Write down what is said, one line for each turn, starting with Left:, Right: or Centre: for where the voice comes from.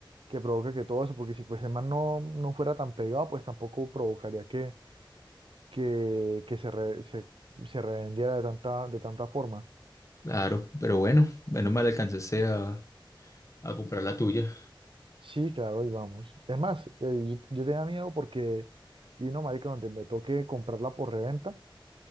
Right: que provoca que todo eso, porque si pues el man no, no fuera tan pegado, pues tampoco provocaría que, que, que se, re- se, se revendiera de tanta, de tanta forma.
Left: claro, pero bueno, menos mal alcanzaste a, a comprar la tuya.
Right: Sí, claro, y vamos. Es más, eh, yo, yo tenía miedo porque, y no, marica, donde me toque comprarla por reventa,